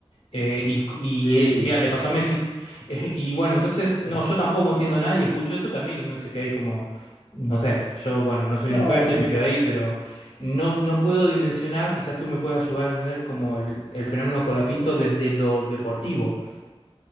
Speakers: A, on the left; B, on the left.
A: Eh, y y,
B: sí,
A: eh, mira, le pasó a Messi. <laughs> Eh, y bueno, entonces,
B: sí.
A: no, yo tampoco entiendo nada y escucho eso también y uno se queda ahí como, no sé, yo, bueno, no soy un
B: No,
A: experto
B: sí.
A: y me quedo ahí, pero no, no puedo dimensionar, quizás tú me puedas ayudar a entender como el, el fenómeno Colapinto desde lo deportivo.